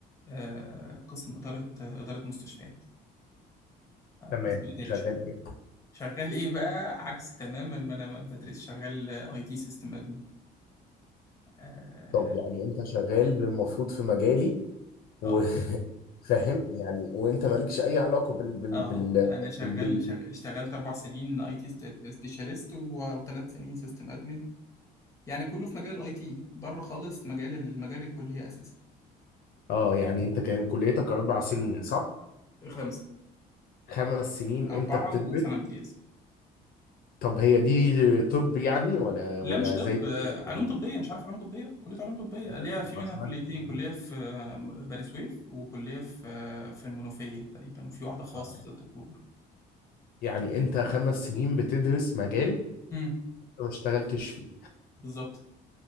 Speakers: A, on the left; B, on the left.
A: آه، قسم اداره اداره مستشفيات
B: تمام
A: قسم اداري
B: شغال
A: شويه
B: ايه
A: شغال ايه بقى عكس تماما ما انا ما بدرس شغال اي تي سيستم ادمن اه
B: طب يعني انت شغال المفروض في مجالي وفاهم
A: اه
B: <laughs> يعني وانت مالكش اي علاقه بال بال
A: آه،
B: بال,
A: انا شغال,
B: بال, بال...
A: شغال اشتغلت اربع سنين اي تي سبيشاليست وثلاث سنين سيستم ادمن يعني كله في مجال الاي تي بره خالص مجال المجال الكليه اساسا
B: اه يعني انت كان كليتك اربع سنين صح
A: خمسة
B: خمس سنين
A: أربعة
B: انت بتدرس
A: وسنة امتياز
B: طب هي دي طب يعني ولا
A: لا
B: ولا
A: مش طب
B: زي
A: آه،
B: الطب
A: علوم
B: ولا
A: طبية
B: ايه
A: مش عارف علوم طبية كلية علوم طبية
B: لا
A: اللي هي في
B: ما
A: منها
B: اسمعش
A: كليتين
B: عنه.
A: كلية في آه، بني سويف وكلية في آه، في المنوفية تقريبا وفي واحدة خاص
B: آه.
A: في 6 أكتوبر
B: يعني انت خمس سنين بتدرس مجال
A: امم
B: انت ما اشتغلتش فيه
A: بالظبط